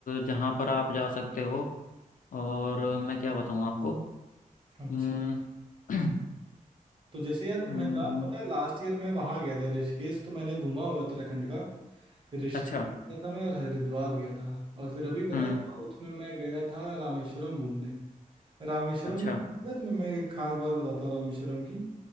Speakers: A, on the left; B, on the right.
A: जहाँ पर आप जा सकते हो और मैं क्या बताऊँ आपको
B: अच्छा
A: हम्म, <clears throat>
B: तो जैसे यार
A: हम्म,
B: मैं ला, पता है लास्ट ईयर मैं वहाँ गया था ऋषिकेश तो मैंने घूमा हुआ है उत्तराखंड का ऋषिकेश
A: अच्छा
B: गया था मैं और हरिद्वार गया था और फिर अभी पता
A: हम्म
B: है साउथ में मैं गया था रामेश्वरम घूमने रामेश्वरम
A: अच्छा
B: पता है तुम्हें मैं एक खास बात बताता हूँ रामेश्वरम की